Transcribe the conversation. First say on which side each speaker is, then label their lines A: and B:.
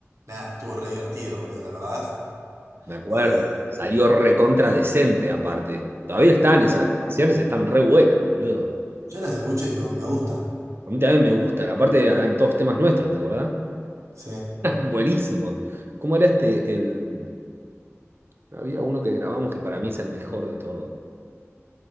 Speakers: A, on the right; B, on the right.
A: nada, estuvo re divertido, boludo, ¿te acordás?
B: Me acuerdo.
A: Eh,
B: Salió recontra decente, aparte. Todavía están esas
A: me-
B: grabaciones, están re buenas, boludo.
A: yo las escucho y me, me gustan.
B: A mí también me gustan. Aparte, eran todos temas nuestros, ¿te acordás?
A: Sí.
B: <laughs> Buenísimos. ¿Cómo era este, el. Había uno que grabamos que para mí es el mejor de todos.